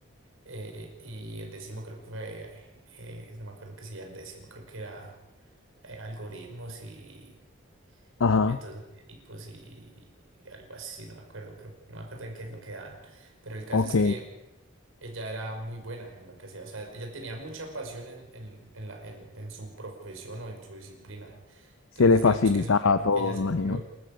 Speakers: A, on the right; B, on the left.
A: Eh, y el décimo creo que fue, eh, no me acuerdo qué se llama el décimo, creo que era eh, algoritmos y,
B: ajá,
A: y métodos numéricos y, y algo así, no me acuerdo, pero no me acuerdo en qué es lo que dan. Pero el caso
B: ok.
A: es que ella era muy buena en lo que hacía, o sea, ella tenía mucha pasión en, en, en la, en, en su profesión o en su disciplina. Entonces,
B: Se le facilitaba
A: digamos que esa opción
B: todo,
A: que ella escogió
B: me imagino.